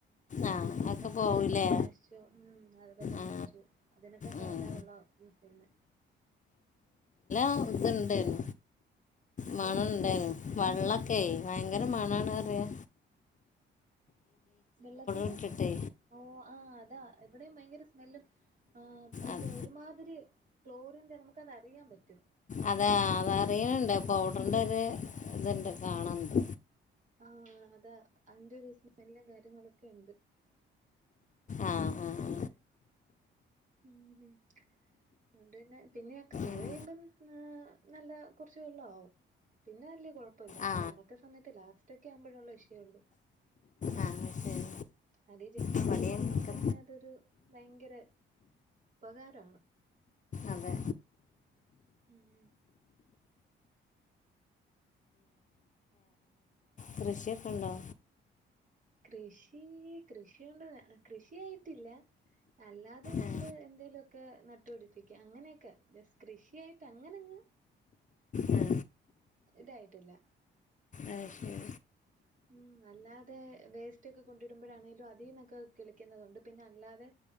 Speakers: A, on the left; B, on the right.
A: ആ
B: അതൊക്കെ
A: പോവില്ലേ
B: പെട്ടെന്ന് നശിച്ചു ഉം അത് പറ്റേ
A: ആ
B: നശ് ച്ച് പോകും അതിനൊക്കെ സാധാ
A: ഉം.
B: വെള്ളാ യൂ പിന്നെ
A: ത്‌ണ്ടെനു
B: എന്തോ
A: മണണ്ടേനു വള്ളക്കെ ഭയ ങ്കര മണാണ
B: ആ
A: റ്യാ
B: വെള്ളത്തിന്
A: ഇട്ടിട്ടേ
B: ഓ ആ താ ഇവടിം ഭയങ്കര സ്മെല്ലും ആ എന്ത്
A: അത്
B: ഒര്മാതിരി ക്ലോറിൻ്റെ നമക്കത് അറിയാൻ പറ്റും
A: അതെ അതറിയിണ് ണ്ട് പൗഡർന്റൊരു ഇതുണ്ട് കാണാണ്ട്
B: ആഹ് അതാ അന്റെ ഒരുസം എല്ലാ കാര്യങ്ങളും ഒക്കെണ്ട്
A: ആ ആ ആ
B: ഉംഹ് അതൊണ്ട്ന്നെ പിന്നെയെക്കെ മഴയ്യുമ്പം
A: ഉം.
B: ആഹ് നല്ല കൊർച്ച് വെള്ളാവും. പിന്നെ വല്യ കൊഴപ്പല്ല
A: ആ
B: ഈ ഒണക്ക സമയത്ത് ലാസ്റ്റൊക്കെ ആവുമ്പളുള്ള ഇഷ്യേ ഒള്ളൂ
A: ആ ശരി
B: അതീ ജെപ്പാൻ
A: ഇവിടെ
B: വെള്ളം
A: ഞങ്ങൾക്ക്
B: ഉള്ളോണ്ടന്നെ അതൊരു ഭയ്ങ്കര ഉപകാരാണ്
A: അതെ
B: മ്ഹ് മ്ഹ്
A: കൃഷിയൊക്കെണ്ടോ?
B: കൃഷി കൃഷിയൊണ്ട്. കൃഷിയായിട്ടില്ല. അല്ലാതെ ഞങ്ങള്
A: ആ
B: എന്തേലും ഒക്കെ നട്ടുപിടിപ്പിക്കും. അങ്ങനെയൊക്കെ ജസ്റ്റ് കൃഷിയായിട്ട് അങ്ങനെയങ്ങ്
A: ആ,
B: ഇതായിട്ടില്ല.
A: ആ ശരി
B: മ്ഹും അല്ലാതെ വേസ്റ്റ് ഒക്കെ കൊണ്ടിടുമ്പോഴാണേലും അതീന്നൊക്കെ കിളിക്കുന്നതൊണ്ട്. പിന്നെ അല്ലാതെ